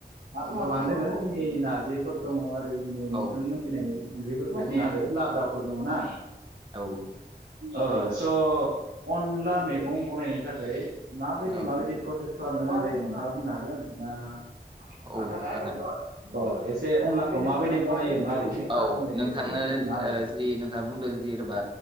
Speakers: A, on the right; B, on the right.
A: गोबां दङो जोंनि नारजिफोर
B: औ
A: दङ आरो बिदिनो
B: औ
A: नोंथां मोनथिनाय ओंख्रिफोरखौ बुंना होदो लाब्राफोर दङ ना
B: औ
A: ओह स' अनला मैगं बनायनायनि थाखाय माबायदि
B: औ
A: माबायदि प्रसेस खालामो गोनां जायो नोंथाङा बुं गोन ना <unintelligible>
B: औ हागोन
A: अह एसे अनलाखौ माबायदि बनायो मारै जि खालामो
B: औ नोंथांनो
A: एसे बुंना होदो।
B: ओ जि नोंथाङा बुंदों जेनेबा